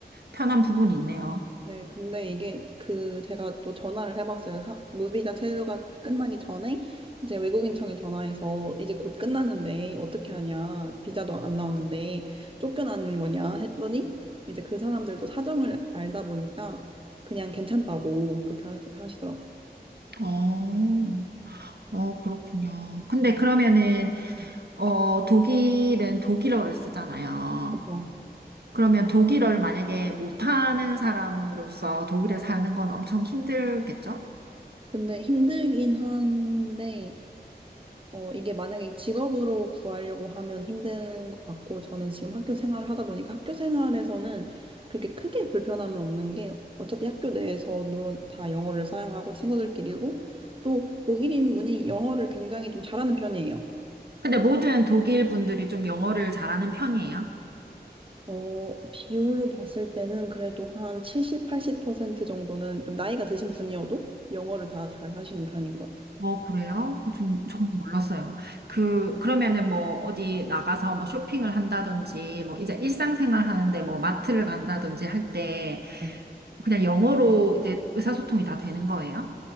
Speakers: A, on the right; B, on the right.
A: 편한 부분이 있네요.
B: 네, 근데 이게 그 제가 또 전화를 해봤어요. 사- 무비자 체류가 끝나기 전에 이제 외국인청에 전화해서 이제 곧 끝나는데 어떻게 하냐, 비자도 안 나오는데 쫓겨나는 거냐 했더니 이제 그 사람들도 사정을 알다 보니까 그냥 괜찮다고 그렇게 하- 하시더라고요.
A: 어, 어, 그렇군요. 근데 그러면은,
B: 네,
A: 어, 독일은 독일어를 쓰잖아요.
B: 그렇죠.
A: 그러면 독일어를 만약에 못하는 사람으로서 독일에 사는 건 엄청 힘들겠죠?
B: 근데 힘들긴 한데 어, 이게 만약에 직업으로 구하려고 하면 힘든 것 같고, 저는 지금 학교 생활을 하다 보니까 학교 생활에서는 그렇게 크게 불편함은 없는 게, 어차피 학교 내에서도 다 영어를 사용하고 친구들끼리도 또 독일인분이 영어를 굉장히 좀 잘하는 편이에요.
A: 근데 모든 독일 분들이 좀 영어를 잘하는 편이에요.
B: 어, 비율로 봤을 때는 그래도 한 70, 80% 정도는 좀 나이가 드신 분이어도 영어를 다 잘 하시는 편인 것 같아요.
A: 어, 그래요? 그 좀, 저는 몰랐어요. 그, 그러면은 뭐, 어디 나가서 뭐 쇼핑을 한다든지, 뭐, 이제 일상생활 하는데 뭐, 마트를 간다든지 할 때,
B: 네.
A: 그냥 영어로 이제 의사소통이 다 되는 거예요?